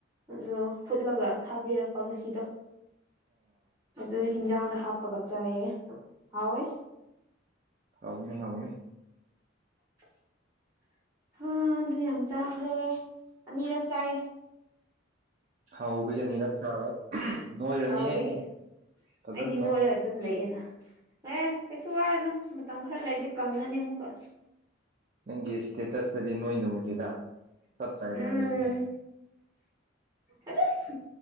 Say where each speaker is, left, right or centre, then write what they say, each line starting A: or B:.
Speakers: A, on the right; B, on the right.
A: ꯑꯗꯣ ꯐꯨꯠꯂꯒ ꯊꯥꯕꯤꯔꯛꯄ ꯉꯁꯤꯗꯣ ꯑꯗꯨꯗꯤ ꯍꯤꯟꯖꯥꯡꯗ ꯍꯥꯞꯄꯒ ꯆꯥꯢꯌꯦ ꯍꯥꯎꯋꯦ
B: ꯍꯥꯎꯅ ꯍꯥꯎꯅ
A: <unintelligible> ꯍꯥ ꯑꯗꯨ ꯌꯥꯝ ꯆꯥꯈ꯭ꯔꯦ ꯑꯅꯤꯔꯛ ꯆꯥꯏꯌꯦ
B: ꯍꯧꯕꯁꯦ ꯑꯅꯤꯔꯛ ꯆꯥꯕ ꯅꯣꯏꯔꯅꯤ
A: ꯍꯥꯎꯕꯒꯤ
B: ꯍꯦꯟꯅ ꯐꯖꯅ
A: ꯑꯩꯗꯤ ꯅꯣꯏꯔ ꯑꯗꯨꯝ ꯂꯩꯌꯦꯅ ꯉꯥꯏꯦ ꯀꯩꯁꯨ ꯋꯥꯔꯅꯨ ꯃꯇꯝ ꯈꯔ ꯂꯩꯗꯤ ꯀꯪꯉꯅꯤ ꯑꯃꯨꯛꯀ
B: ꯅꯪꯒꯤ ꯏꯁꯇꯦꯇꯁꯇꯗꯤ ꯅꯣꯏꯅ ꯎꯗꯔꯥ ꯆꯞ ꯆꯥꯅ
A: ꯎꯝ
B: ꯎꯏꯔ
A: ꯑꯗꯨꯁ